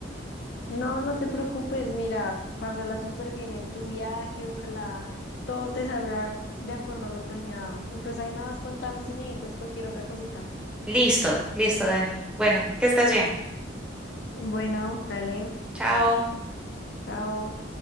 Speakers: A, on the left; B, in the centre.
A: No, no te preocupes, mira, pásala súper bien en tu viaje, ojalá todo te salga de acuerdo a lo planeado. Y pues ahí me vas contando si necesitas cualquier otra cosita.
B: Listo, listo, Dani. Bueno, que estés bien.
A: Bueno, dale,
B: Chao.
A: chao.